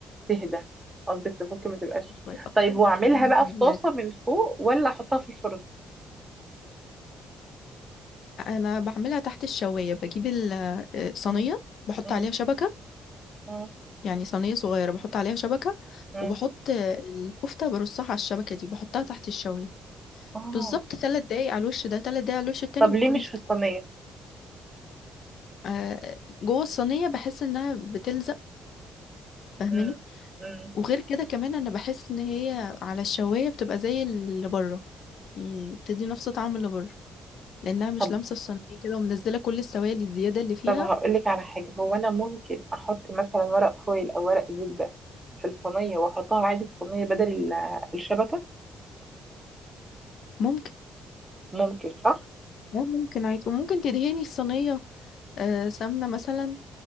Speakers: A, on the right (about 15°); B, on the left (about 65°).
A: تهدى قصدك تفك ما تبقاش
B: شوية.
A: طيب
B: إيه
A: واعملها
B: ده؟
A: بقى
B: لا،
A: في طاسة من فوق ولا احطها في الفرن
B: أنا بعملها تحت الشواية بجيب ال- الصينية
A: مم.
B: بحط
A: مم.
B: عليها شبكة
A: مم.
B: يعني صينية صغيرة بحط عليها شبكة
A: مم.
B: وبحط الكفتة برصها على الشبكة دي بحطها تحت الشواية
A: اه
B: بالظبط ثلاث دقايق على الوش ده ثلاث دقايق على الوش التاني
A: طب
B: بيكون
A: ليه مش في الصينية
B: آه، جوه الصينية بحس انها بتلزق فاهماني
A: مم. مم.
B: وغير كده كمان انا بحس ان هي على الشواية بتبقى زي اللي بره يعني بتدي نفس طعم اللي بره لانها مش
A: طب
B: لامسة الصينية كده ومنزلة كل السوائل الزيادة اللي فيها
A: طب هقول لك على حاجة هو انا ممكن احط مثلا ورق فويل او ورق زبدة في الصينية واحطها عادي في الصينية بدل ال- الشبكة
B: ممكن
A: ممكن صح
B: اه ممكن عادي وممكن تدهني الصينية آه، سمنة مثلا